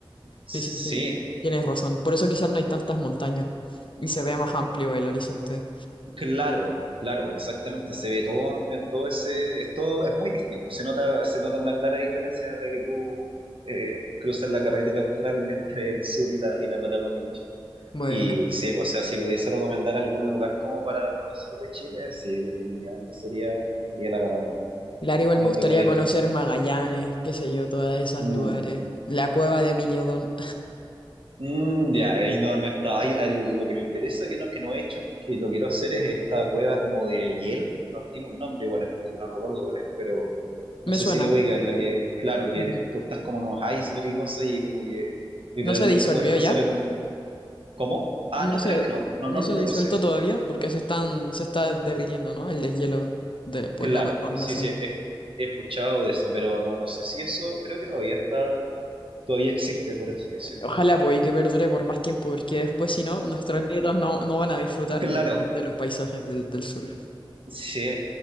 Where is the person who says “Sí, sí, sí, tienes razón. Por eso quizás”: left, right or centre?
Left